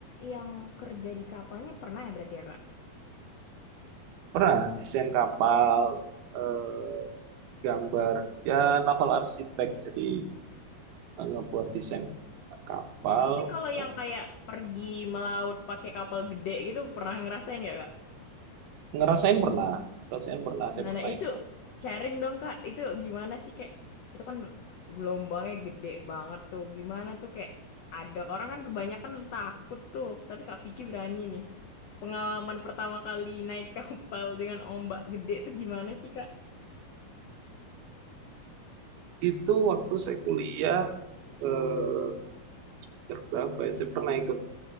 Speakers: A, on the left; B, on the right.
A: yang kerja di kapalnya pernah ya berarti ya, Kak?
B: Pernah desain kapal, eh, gambar, ya naval arsitek, jadi eh, ngebuat desain kapal.
A: Tapi kalau
B: Kem-
A: yang kayak pergi melaut pakai kapal gede gitu pernah ngerasain nggak, Kak?
B: Ngerasain pernah, ngerasain pernah, saya
A: Nah,
B: pernah
A: nah itu
B: ikut.
A: sharing dong Kak. Itu gimana sih kayak itu kan gelombangnya gede banget tuh. Gimana tuh kayak ada orang kan kebanyakan takut tuh, tapi Kak Vicky berani nih. Pengalaman pertama kali naik <laughs> kapal dengan ombak gede itu gimana sih Kak?
B: Itu waktu saya kuliah, eh, semester berapa ya, saya pernah ikut